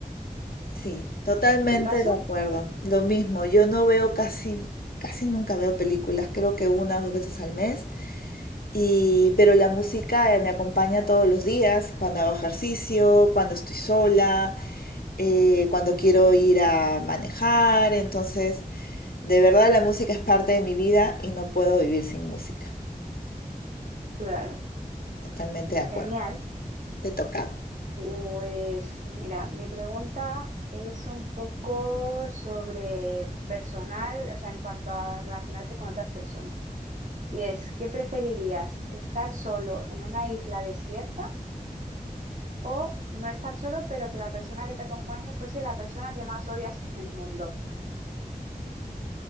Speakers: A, on the left (about 75°); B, on the right (about 55°).
A: Sí, totalmente
B: ¿En tu caso?
A: de acuerdo. Lo mismo, yo no veo casi, casi nunca veo películas, creo que una o dos veces al mes. Y, pero la música eh, me acompaña todos los días, cuando hago ejercicio, cuando estoy sola, eh, cuando quiero ir a manejar. Entonces, de verdad la música es parte de mi vida y no puedo vivir sin música.
B: Claro.
A: Totalmente de acuerdo.
B: Genial.
A: ¿Te toca?
B: Pues mira, mi pregunta es un poco sobre personal, o sea, en cuanto a relacionarte con otras personas. Y es, ¿qué preferirías? ¿Estar solo en una isla desierta? O no estar solo, pero que la persona que te acompañe fuese la persona que más odias <laughs> en el mundo.